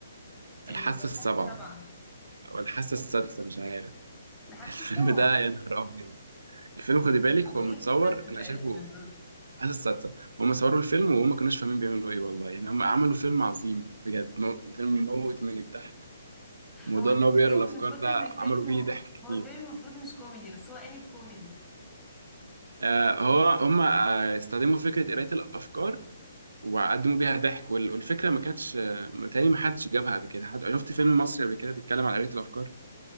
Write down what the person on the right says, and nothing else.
الحاسه السابعه
او الحاسه السادسه مش عارف <laughs>
الفيلم
ده يا نهار ابيض الفيلم خدي بالك هو
متصور
انا
شايفه
عايز السادسة هم صوروا الفيلم وهم ما كانوش فاهمين بيعملوا ايه والله يعني هم عملوا فيلم عظيم بجد مو- فيلم موت من الضحك موضوع
ان هو
بيقرا الافكار
ده
عملوا بيه
ضحك كتير
آه هو هم آه استخدموا فكرة قراية الافكار وقدموا بيها ضحك وال- والفكرة ما كانتش آه، متهيألي ما حدش جابها قبل كده حد شفت فيلم مصري قبل كده بيتكلم عن قراية الافكار